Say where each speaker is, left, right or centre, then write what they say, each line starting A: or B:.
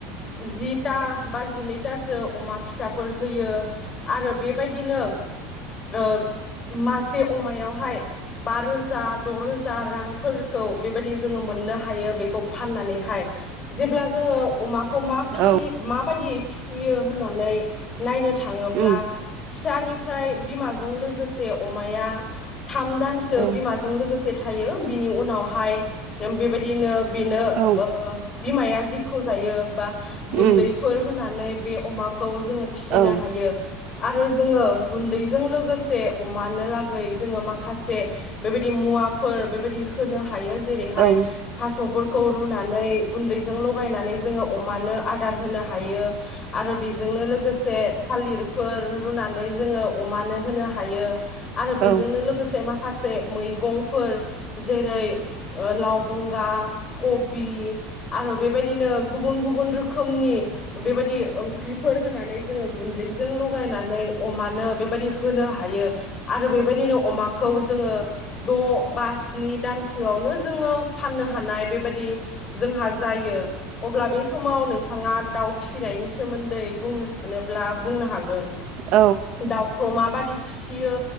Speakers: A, on the left (about 20°); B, on the right (about 40°).
A: जिथा बा जिनैथासो अमा फिसाफोर होयो आरो बेबायदिनो। ओ मासे अमायावहाय। बा रोजा द' रोजा रांफोरखौ बेबायदि जोङो मोननो हायो बेखौ फाननानैहाय जेब्ला जोङो अमा खौ मा फि
B: औ
A: माबायदियै फिसियो होननानै नायनो। थाङोब्ला।
B: उम
A: फिसानिफ्राय बिमाजों लोगोसे अमाया थाम दानसो
B: औ
A: बिमाजों लोगोसे थायो बिनि उनावहाय बेबायदिनो। बिनो
B: औ
A: ओ। बिमाया जेखौ जायो बा गुन्दैफोर
B: उम
A: होनानै बे अमा खौ जोङो फिसिनो
B: औ
A: हायो आरो जोङो गुन्दैजों लोगोसे अमानो लागै जोङो मा माखासे बेबायदि मुवाफोर बेबायदि होनो हेयो जेरैहाय
B: औ उम औ
A: थास'फोर खौ रुनानै गुन्दैजों लगायनानै जोङो अमानो आदार होनो हायो आरो बेजोंनो लोगोसे थालिरफोर रुनानै जोङो अमानो होनो हायो। आरो
B: औ
A: बेजोंनो लोगोसे। माखासे मैगंफोर। जेरै लाव ब बा खबि आरो बेबायदिनो गुबन गुबुन रोखोमनि बेबायदि ओंख्रिफोर होनानै नै जोंङो गुनदैजों लागायनानै अमानो बेबायदि होनो हायो आरो बेबायदिनो अमा खौ जो जोङो दबा स्नि दानसोआवनो जो जोङो फाननो हानाय बेबायदि जोंहा जायो। अब्ला बे समाव नों थाङा दाउ फिसिनायनि सोमोन्दै बुंनो सानो ब्ला बुंनो हागोन
B: औ
A: दाउखौ मा बायदि फिसियो